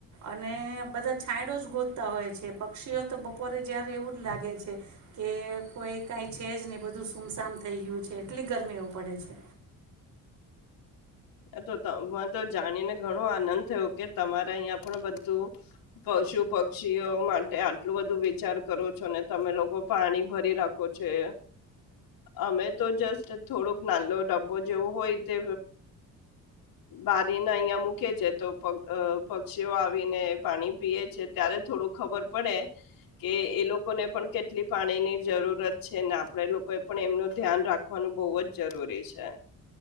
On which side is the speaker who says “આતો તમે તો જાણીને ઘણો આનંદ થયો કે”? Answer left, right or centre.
Left